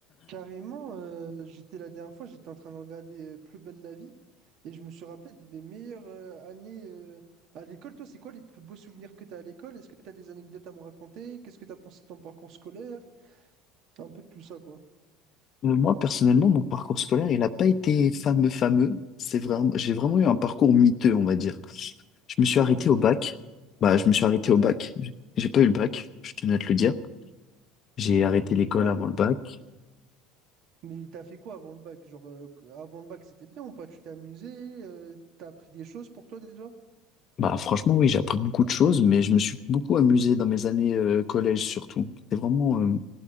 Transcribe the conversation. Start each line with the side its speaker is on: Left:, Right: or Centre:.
Right: Carrément, euh, j'étais la dernière fois, j'étais en train de regarder euh, Plus belle la vie et je me suis rappelé de mes meilleures euh, années euh, à l'école. Toi, c'est quoi les plus beaux souvenirs que tu as à l'école? Est-ce que tu as des anecdotes à me raconter? Qu'est-ce que tu as pensé de ton parcours scolaire? Un peu de tout ça, quoi.
Left: Euh, Moi, personnellement, mon parcours scolaire, il n'a pas été fameux, fameux. C'est vraiment, j'ai vraiment eu un parcours miteux, on va dire. Je me suis
Right: Comment
Left: arrêté
Right: ça?
Left: au bac. Bah, je me suis arrêté
Right: Ouais,
Left: au bac. J'ai j'ai pas eu le bac, je tenais à te le dire. J'ai arrêté l'école
Right: ouais,
Left: avant le
Right: m-
Left: bac.
Right: mais t'as fait quoi avant le bac? Genre, euh, qu- avant le bac, c'était bien ou pas? Tu t'es amusé? Euh, t'as appris des choses pour toi déjà?
Left: Bah, franchement, oui, j'ai appris beaucoup de choses, mais je me suis beaucoup amusé dans mes années euh, collège surtout. C'est vraiment euh,